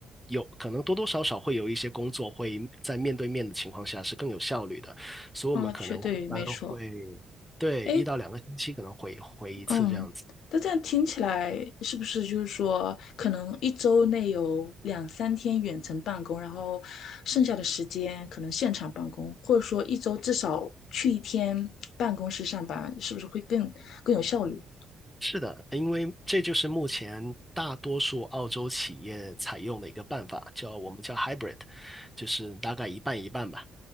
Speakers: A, in the centre; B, on the left.
A: 有可能多多少少会有一些工作会在面对面的情况下是更有效率的，所以我们可能一般会。
B: 啊，确对，没错。
A: 对，
B: 哎，
A: 一到两个星期可能回回一次这样子。
B: 嗯，那这样听起来是不是就是说，可能一周内有两三天远程办公，然后剩下的时间可能现场办公，或者说一周至少去一天办公室上班，是不是会更更有效率？
A: 是的，因为这就是目前大多数澳洲企业采用的一个办法，叫我们叫 hybrid，就是大概一半一半吧。